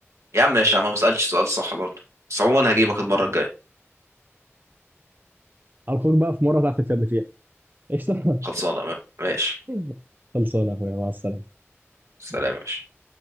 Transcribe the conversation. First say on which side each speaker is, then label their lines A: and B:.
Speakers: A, on the right (about 75°); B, on the right (about 40°).
A: يا عم ماشي يا عم ما سألتش سؤال صح برضه بس عموما هجيبك المرة الجاية
B: على الخير بقى في مره هتعرف تكسبني فيها قشطه
A: خلصانة ماشي
B: <laughs> خلصانه يا اخويا مع السلامه
A: سلام يا باشا.